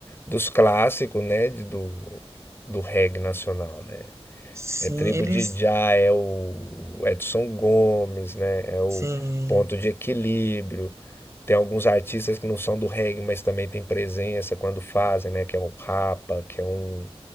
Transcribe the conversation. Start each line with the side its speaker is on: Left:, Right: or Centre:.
Left: dos clássicos, né? De- do, do reggae nacional, né?
Right: Sim,
Left: É Tribo
Right: eles.
Left: de Já, é o Edson Gomes, né? É o
Right: Sim,
Left: Ponto de Equilíbrio. Tem alguns artistas que não são do reggae, mas também tem presença quando fazem, né? Que é um Rapa, que é um.